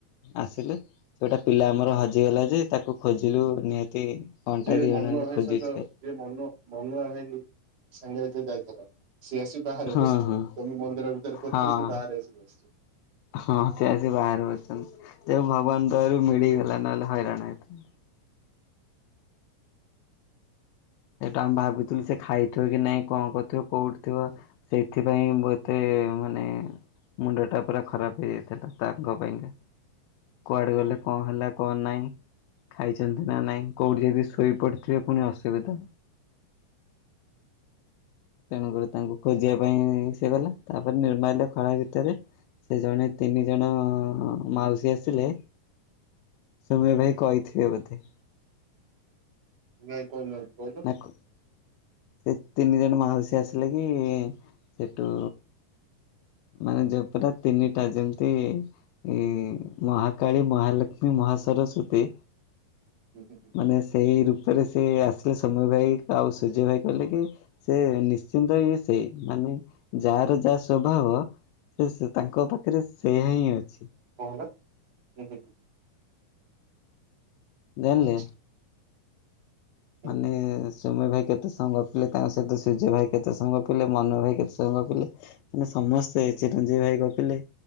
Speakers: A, on the left; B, on the right.
A: ଆସିଲୁ ସେ ଗୋଟେ ପିଲା ଆମର ହଜିଗଲା ଯେ ତାକୁ ଖୋଜିଲୁ ନିହାତି ଘଣ୍ଟା
B: ଯିଏ
A: ଦି
B: ମନୁଆ
A: ଘଣ୍ଟା ଖଣ୍ଡେ
B: ଭାଇ
A: ଖୋଜିଛୁ
B: ସହିତ
A: ଖାଲି
B: ଯିଏ ମନୁ ମନୁଆ ଭାଇ ସାଙ୍ଗରେ ଯିଏ ଯାଇଥିଲା ସିଏ ଆସି ବାହାରେ
A: ହଁ
B: ବସିଛି
A: ହଁ।
B: ତମେ ମନ୍ଦିର ଭିତରେ ଖୋଜୁଛ
A: ହଁ
B: ସେ ବାହାରେ ଆସିିକି ବସିଛି
A: ହଁ ସିଏ ଆସି ବାହାରେ ବସିଛନ୍ତି ସେ ଭଗବାନ ଦୟାରୁ
B: ହୁଁ
A: ମିଳିଗଲା ନହେଲେ ହଇରାଣ ହେଇଥାନ୍ତା ସେଇଠୁ ଆମେ ଭାବୁଥିଲୁ ସେ ଖାଇଥିବ କି ନାଇଁ କଣ କରୁଥିବ କୋଉଠି ଥିବ ସେଇଥିପାଇଁ ବୋଧେ ମାନେ ମୁଣ୍ଡ ଟା ପୁରା ଖରାପ୍ ହେଇ ଯାଇଥିଲା। ତାଙ୍କ ପାଇଁକା। କୁଆଡ଼େ ଗଲେ? କଣ ହେଲା? କଣ ନାହିଁ? ଖାଇଛନ୍ତି ନା ନାଇଁ? କୋଉଠି ଯଦି ଶୋଇ ପଡ଼ିଥିବେ। ଫୁଣି ଅସୁବିଧା। ତେଣୁ କରି ତାଙ୍କୁ ଖୋଜିବା ପାଇଁ ସିଏ ଗଲା। ତାପରେ ନିର୍ମାଲ୍ୟ ଖଳା ଭିତରେ ସେ ଜଣେ, ତିନି ଜଣ ମାଉସୀ ଆସିଲେ।
B: <inaudible>
A: ସୌମ୍ୟ ଭାଇ
B: ହୁଁ
A: କହିଥିବେ ବୋଧେ?
B: ନାଇଁ କହି ନାହାନ୍ତି। କହି
A: <unintelligible> ସେ ତିନି ଜଣ ମାଉସୀ ଆସିଲେ କି, ସେଠୁ ମାନେ ଯେ ପୁରା ତିନିଟା ଯେମିତି। ଏ ମହା କାଳି, ମହା ଲକ୍ଷ୍ମୀ, ମହା ସରସ୍ଵତୀ।
B: ହୁଁ ହୁଁ ହୁଁ
A: ମାନେ ସେଇ ରୂପରେ ସେ ଆସିଲେ। ସୌମ୍ୟ ଭାଇ ଆଉ ସୂର୍ଯ୍ୟ ଭାଇ କହିଲେ କି? ସେ ନିଶ୍ଚିନ୍ତ ଇଏ ସେଇ। ମାନେ ଯାହା ର ଯାହା ସ୍ୱଭାବ। ସେ ସେ ତାଙ୍କ ପାଖରେ ସେଇୟା ହିଁ ଅଛି।
B: କଣ ହେଲା? ହୁଁ ହୁଁ।
A: ଜାଣିଲେ?
B: ଆଚ୍ଛା ହୁଁ
A: ମାନେ
B: ହୁଁ ହୁଁ
A: ସୌମ୍ୟ ଭାଇ କେତେ ସମୟ ଗପିଲେ। ତାଙ୍କ ସହିତ ସୂର୍ଯ୍ୟ ଭାଇ କେତେ ସମୟ ଗପିଲେ। ମନୁଆ ଭାଇ କେତେ ସମୟ ଗପିଲେ। ମାନେ ସମସ୍ତେ।
B: ହୁଁ
A: ଚିରଞ୍ଜିବୀ ଭାଇ ଗପିଲେ।